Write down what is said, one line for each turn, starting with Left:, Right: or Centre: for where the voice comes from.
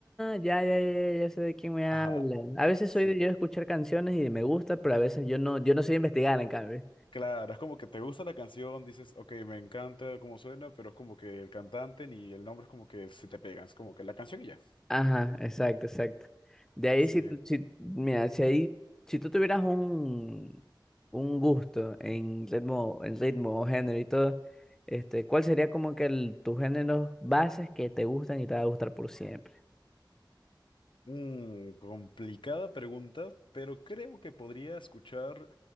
Centre: ya, ya, ya, ya ya sé de quién me
Left: Ajá,
Centre: hablan. A veces
Left: sí.
Centre: soy de
Left: sí,
Centre: yo
Left: sí.
Centre: escuchar canciones y me gusta, pero a veces yo no, yo no soy investigar, en cambio.
Left: Claro, es como que te gusta la canción, dices, ok, me encanta cómo suena, pero es como que el cantante ni el nombre es como que se te pegan, es como que la canción y ya.
Centre: Ajá, exacto, exacto. De ahí
Left: Sí,
Centre: si, tú- si mira, si ahí, si tú tuvieras un, un gusto en ritmo, en ritmo o género y todo, este, ¿cuál sería como que el, tus géneros bases que te gustan y te va a gustar por siempre?
Left: Mm, complicada pregunta, pero creo que podría escuchar